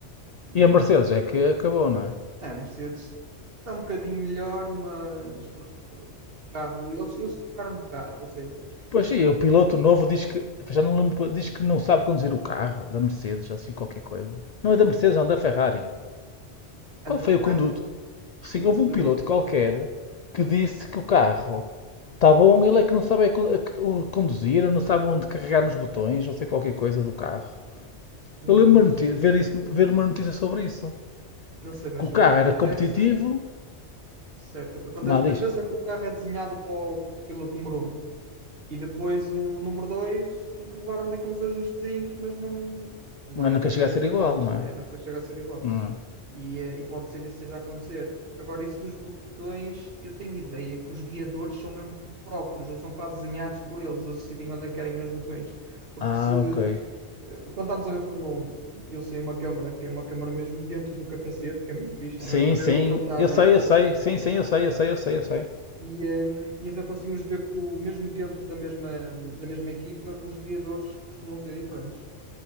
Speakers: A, on the right; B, on the left.
A: e
B: E a Mercedes é que acabou, não é?
A: é, a Mercedes está um bocadinho melhor, mas pronto, o carro, eles, eles trocaram de carro, ou seja,
B: Pois
A: eh,
B: sim, o piloto novo diz que. Já não lembro, diz que não sabe conduzir o carro da Mercedes, assim qualquer coisa. Não é da Mercedes, não, da Ferrari.
A: a
B: Qual
A: da
B: foi
A: Ferrari,
B: o conduto? Sim,
A: o,
B: houve
A: o
B: um
A: piloto,
B: piloto qualquer que disse que o carro Tá bom, ele é que não sabe é co- é co- conduzir, não sabe onde carregar nos botões, ou sei qualquer coisa do carro.
A: não
B: Eu lembro-me
A: sei,
B: de ver, isso, ver uma notícia sobre isso.
A: não sei, mas
B: Que o
A: o
B: carro
A: que acontece.
B: era competitivo,
A: Certo, o que acontece
B: nada
A: muitas
B: disto.
A: vezes é que o carro é desenhado para o, para o piloto número um, e depois o número 2 tem que levar ali com os ajustezinhos, mas não, não vai
B: Mas nunca
A: haver
B: chega
A: grandes
B: a ser
A: milagres,
B: igual, não
A: É,
B: é?
A: nunca chega a ser igual.
B: Hum.
A: E, eh, e pode ser isso que esteja a acontecer. Agora, isso dos botões, eu tenho ideia que os guiadores são mesmo próprios, ou são quase desenhados por eles, eles decidem onde é que querem os botões. Porque
B: Ah,
A: se,
B: ok.
A: eh, quando estamos a ver Fórmula 1, eles têm uma câmara, que é uma câmara mesmo dentro do capacete, que é mesmo fixe,
B: Sim,
A: dá mesmo para ver
B: sim.
A: o que ele está
B: Eu
A: a ver
B: sei, eu sei. Sim, sim, eu sei, eu sei, eu sei, eu sei.
A: E, hum, e então conseguimos ver que, o, mesmo dentro da mesma, da mesma equipa, os guiadores costumam ser diferentes.